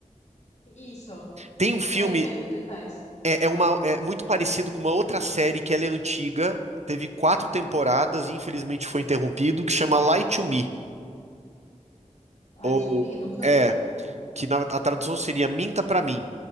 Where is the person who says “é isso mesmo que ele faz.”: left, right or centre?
Left